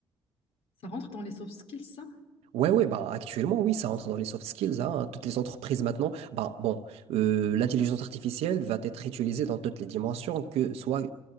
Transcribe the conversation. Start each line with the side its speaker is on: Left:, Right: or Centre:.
Left: ça rentre dans les soft skills, ça?
Right: Ouais, ouais, bah actuellement, oui, ça rentre dans les soft skills. hein. Toutes les entreprises maintenant, bah bon, euh, l'intelligence artificielle va être utilisée dans toutes les dimensions, que soit